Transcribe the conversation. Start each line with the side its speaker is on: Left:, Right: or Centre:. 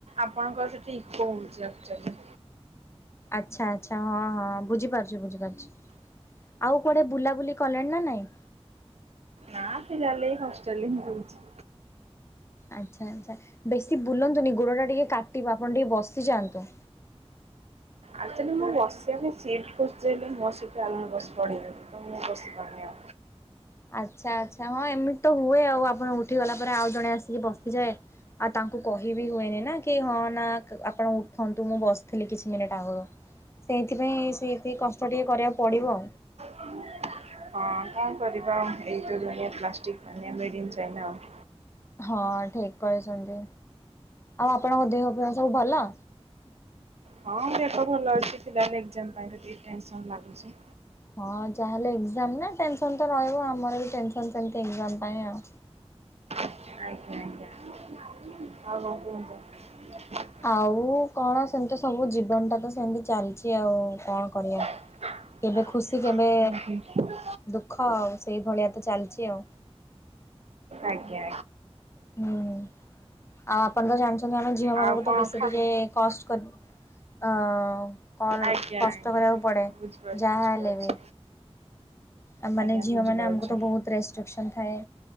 Right: ଆପଣଙ୍କର ସେଠି ଇକୋ ହୋଉଛି ଆକ୍ଚୁଆଲି।
Left: ଆଚ୍ଛା ଆଚ୍ଛା ହଁ ହଁ ବୁଝିପାରୁଛୁ ବୁଝିପାରୁଛୁ ଆଉ କୁଆଡେ ବୁଲାବୁଲି କଲେଣି ନା ନାଇଁ?
Right: ନାଁ ପିଲାଲେ ହୋଷ୍ଟଲଛି ରେ ହିଁ ରହୁଚି।
Left: ଆଚ୍ଛା ଆଚ୍ଛା ବେଶୀ ବୁଲନ୍ତୁନି ଗୋଡ଼ଟା ଟିକେ କାଟିବ ଆପଣ ଟିକେ ବସିଯାଆନ୍ତୁ।
Right: ଆକ୍ଚୁଆଲି ମୁଁ ବସିବା ପାଇଁ ସିଟ୍ ଖୋଜୁଛି ହେଲେ ମୋ ସିଟ୍ ରେ ଆଉ ଜଣେ ବସିପଡିବେ। ତ ମୁଁ ବସି ନିଅ।
Left: ଆଚ୍ଛା ଆଚ୍ଛା ହଁ ଏମିତି ତ ହୁଏ ଆଉ ଆପଣ ଉଠି ଗଲା ପରେ ଆଉ ଜଣେ ଆସିକି ବସିଯାଏ। ଆଉ ତାଙ୍କୁ କହିବି ହୁଏନି ନା କି ହଁ ନା ଆପଣ ଉଠନ୍ତୁ ମୁଁ ବସ ଥିଲି କିଛି ମିନିଟ୍ ଆଗରୁ ସେଇଥିପାଇଁ ସେତିକି କଷ୍ଟ ଟିକେ କରିବାକୁ ପଡିବ।
Right: ହୁଁ <inaudible> ହଁ କଣ କରିବା ଏଇ ତ ଦୁନିଆ ପ୍ଲାଷ୍ଟିକ ପାନିଆ ମେଡ ଇନ୍ ଚାଇନା ଆଉ।
Left: ହଁ ଠିକ୍ କରିଛନ୍ତି ଆଉ ଆପଣଙ୍କ ଦେହ ଫେହ ସବୁ ଭଲ?
Right: ହଁ ଦେହ ଭଲ ଅଛି ଥିଲା ବୋଲି ଏକ୍ଜାମ୍ ପାଇଁ ଟିକେ ଟେନସନ ଲାଗୁଛି।
Left: ହଁ ଯାହାହେଲେ ଏକ୍ଜାମ ନା ଟେନସନ ତ ରହିବ ଆମର ବି ଟେନସନ ସେମତି ଏକ୍ଜାମ ପାଇଁ ଆଉ।
Right: ଆଜ୍ଞା ଆଜ୍ଞା ଆଉ କଣ କୁହନ୍ତୁ?
Left: ଆଉ କଣ ସେମିତି ସବୁ ଜୀବନଟା ତ ସେମିତି ଚାଲିଛି ଆଉ କଣ କରିବା।
Right: <unintelligible>
Left: କେବେ ଖୁସି କେବେ
Right: ଉଁ ହୁଁ।
Left: ଦୁଃଖ ଆଉ ସେଇଭଳିଆ ତ ଚାଲିଛି ଆଉ।
Right: ଆଜ୍ଞା ଆଜ୍ଞା
Left: ହୁଁ ଆଉ ଆପଣ ତ ଜାଣିଛନ୍ତି ଆମେ ଝିଅ ମାନଙ୍କୁ
Right: ଆଉ କଣ
Left: ତ ବେଶୀ
Right: ଖା
Left: ଟିକେ କଷ୍ଟ କରି ଅ
Right: ଆଜ୍ଞା
Left: କଷ୍ଟ
Right: ଆଜ୍ଞା
Left: କରିବାକୁ ପଡେ
Right: ବୁଝିପାରୁଛି
Left: ଯାହା
Right: ବୁଝିପାରୁଛି
Left: ହେଲେ ବି। ଆ ମାନେ
Right: ଆଜ୍ଞା
Left: ଝିଅମାନେ
Right: ବୁଝିପାରୁଛି
Left: ଆମକୁ ତ ବହୁତ ରେଷ୍ଟ୍ରିକସନ୍ ଥାଏ।